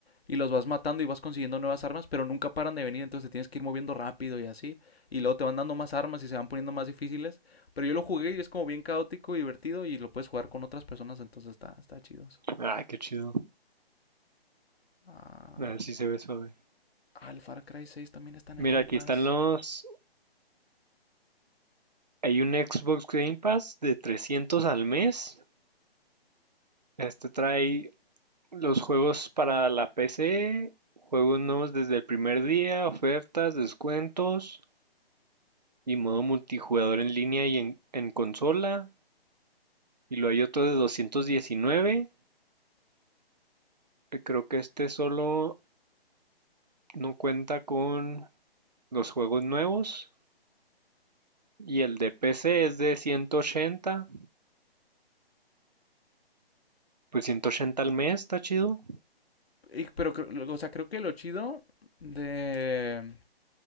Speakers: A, on the left; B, on the right.
A: y los vas matando y vas consiguiendo nuevas armas, pero nunca paran de venir, entonces te tienes que ir moviendo rápido y así. Y luego te van dando más armas y se van poniendo más difíciles. Pero yo lo jugué y es como bien caótico y divertido y lo puedes jugar con otras personas, entonces está, está chido eso.
B: Ah, qué chido.
A: Ah,
B: A ver si se ve suave.
A: ah, el Far Cry 6 también está en
B: Mira,
A: el Game
B: aquí
A: Pass.
B: están los... Hay un Xbox Game Pass de 300 al mes. Este trae los juegos para la PC, juegos nuevos desde el primer día, ofertas, descuentos y modo multijugador en línea y en, en consola. Y luego hay otro de 219 que Creo que este solo no cuenta con los juegos nuevos. Y el de PC es de 180. Pues 180 al mes, está chido.
A: Y- pero, o sea, creo que lo chido de